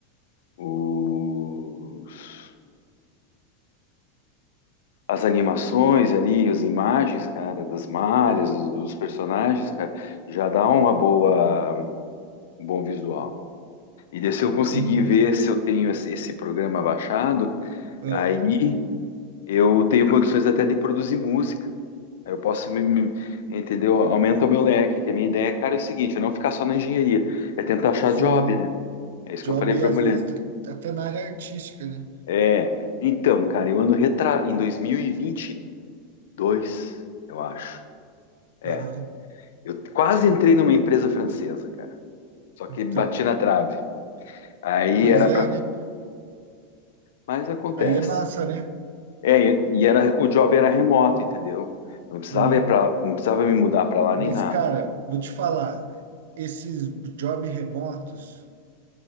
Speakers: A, on the left; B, on the right.
A: os- as animações ali, as imagens, cara, das malhas, dos, dos personagens, cara, já dá uma boa, um bom visual. E daí, se eu conseguir
B: sim.
A: ver se eu tenho esse, esse programa baixado,
B: Ah,
A: aí eu tenho condições até de produzir música. Aí Eu posso, me, me- entendeu? Aumenta o meu leque, que a minha ideia, cara, é o seguinte, eu não ficar só na engenharia, é tentar achar
B: sim.
A: job, né? É isso
B: Job,
A: que eu falei pra
B: às
A: mulher.
B: vezes, tá- tá até na área artística, né?
A: É, então, cara, eu ando retra... em dois mil e vinte Dois, eu acho. É.
B: Aham.
A: Eu quase entrei numa empresa francesa, cara. Só que
B: Então,
A: bati na trave. Aí
B: pois
A: era
B: é,
A: para.
B: né?
A: Mas acontece.
B: Aí é massa, né?
A: É, e e era, o job era remoto, entendeu? Eu não precisava
B: Sim.
A: ir pra, não precisava me mudar para lá
B: Mas,
A: nem nada.
B: cara, vou te falar, esses job remotos,